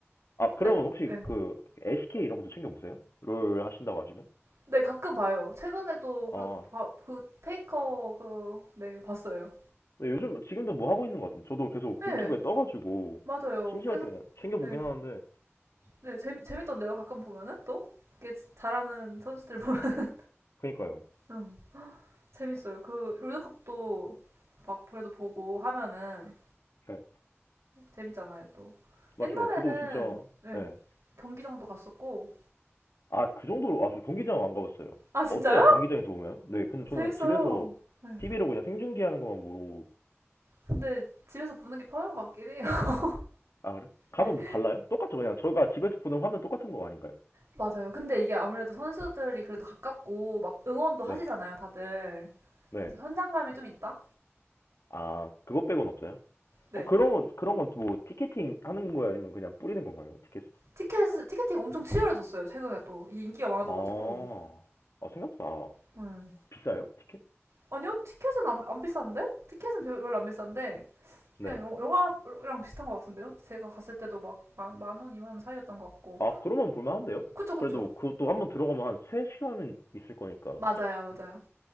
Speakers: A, on the left; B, on the right.
A: 아, 그러면
B: 네,
A: 혹시
B: 네.
A: 그 LCK 이런 것도 챙겨 보세요? 롤 하신다고 하시면?
B: 네, 가끔 봐요. 최근에도
A: 아,
B: 그, 바- 그 페이커, 그, 네, 봤어요.
A: 근데 요즘 지금도 뭐 하고 있는 것 같은데 저도 계속
B: 네,
A: 유튜브에 떠가지고
B: 맞아요.
A: 심심할
B: 계속,
A: 때 챙겨 보긴
B: 네.
A: 하는데
B: 네, 재미, 재밌던데요. 가끔 보면은 또? 이게 잘하는 선수들 보면. <laughs>
A: 그니까요.
B: 응, 재밌어요. 그, 롤드컵도 막 그래도 보고 하면은
A: 네,
B: 재밌잖아요, 또.
A: 맞죠.
B: 옛날에는
A: 저도 진짜
B: 네,
A: 네.
B: 경기장도 갔었고.
A: 아, 그 정도로 아, 저 경기장 안 가봤어요.
B: 아, 진짜요?
A: 어때요? 경기장에서 보면? 네, 근데 저는
B: 재밌어요.
A: 집에서
B: 네.
A: TV로 그냥 생중계하는 것만 보고
B: 근데 집에서 보는 게 편한 것 같긴 해요. <laughs>
A: 아, 그래? 가면
B: 네,
A: 뭐 달라요? 똑같죠. 그냥 저희가 집에서 보는 화면 똑같은 거 아닌가요?
B: 맞아요. 근데 이게 아무래도 선수들이 그래도 가깝고 막 응원도 하시잖아요,
A: 네,
B: 다들.
A: 네.
B: 그래서 현장감이 좀 있다?
A: 아, 그것 빼곤 없어요?
B: 네.
A: 어, 그런, 그런 건 뭐, 티켓팅 하는 거예요? 아니면 그냥 뿌리는 건가요? 티켓?
B: 티켓, 티켓팅 엄청 치열해졌어요, 최근에 또. 이게 인기가 많아져가지고.
A: 아, 아, 생각보다
B: 네.
A: 비싸요? 티켓?
B: 아니요, 티켓은 안, 안 비싼데? 티켓은 별- 별로 안 비싼데.
A: 네.
B: 그냥 영- 영화랑 비슷한 것 같은데요? 제가 갔을 때도 막 만, 만 원, 이만 원 사이였던 것 같고.
A: 아, 그러면 볼만한데요?
B: 그쵸, 그쵸.
A: 그래도 그것도 한번 들어가면 한 3시간은 있을 거니까.
B: 맞아요, 맞아요.